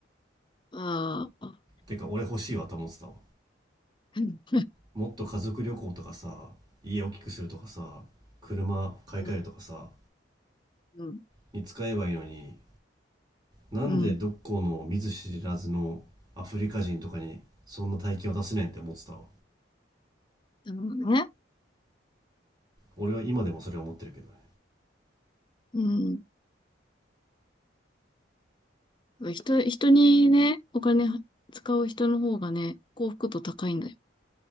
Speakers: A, on the left; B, on the right.
A: ああ。
B: てか、俺欲しいわと思ってたわ。
A: うん、
B: もっと家族旅行とかさ、家大きくするとかさ、車買い替えるとかさ、
A: うん、うん、
B: に使えばいいのに、なんでどっこの見ず知らずのアフリカ人とかにそんな大金を出せねんって思ってたわ。
A: うん。でもね、
B: 俺は今でもそれは思ってるけどね。
A: うん。人、人にね、お金は使う人の方がね、幸福度高いんだよ。